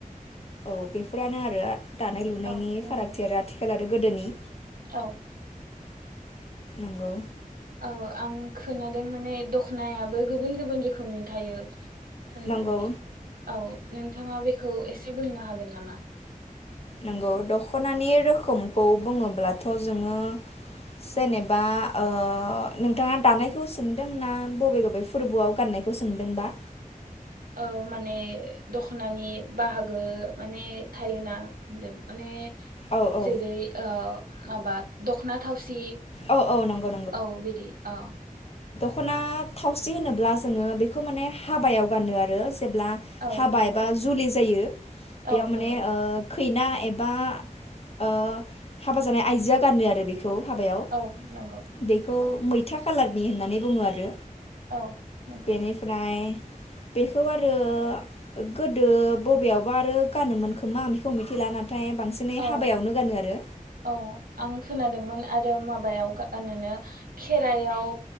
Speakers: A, on the left (about 45°); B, on the right (about 80°).
A: औ बेफोरानो आरो। दानाय लुनायनि
B: औ नंगौ
A: फारागथि आरो आथिखाल गोदोनि।
B: औ।
A: नंगौ।
B: औ आं खोनादों माने दख'नायाबो गुबुन गुबुन रोखोमनि थायो। होननानै
A: नंगौ
B: औ। नोंथाङा बेखौ एसे बुंनो हागोन नामा।
A: नंगौ दख'नानि रोखोमखौ बुङोब्लाथ' जोङो जेनेबा ओ नोंथाङा दानायखौ सोंदों ना बबे बबे फोरबोआव गाननायखौ सोंदोंबा।
B: औ माने दख'नानि बाहागो माने थायोना होनदों माने
A: औ औ
B: जेरै ओ माबा दख'ना थावसि
A: औ औ नंगौ
B: औ बिदि अ।
A: खना थावसि होनोब्ला जोङो बेखौ माने हाबायाव गानो आरो जे ब्ला
B: औ
A: हाबा
B: नंगौ
A: एबा जुलि जायो बेयाव
B: औ
A: माने
B: नंगौ
A: ओ खैना एबा ओ हाबा जानाय आइजो आ गानो आरो। खौ हाबायाव
B: औ नंगौ
A: बेखौ मैथा खाालारनि होननानै बुङो आरो।
B: औ नंगौ
A: बेनिफ्राय। बेखौ आरो गोदो बबेयावबा आरो गानोमोन खोमा बेखौ <unintelligible> बांसिनै
B: औ
A: हाबायावनो गानो आरो
B: औ आं खोनादोंमोन। आरो माबायाव गानोनो खेरायाव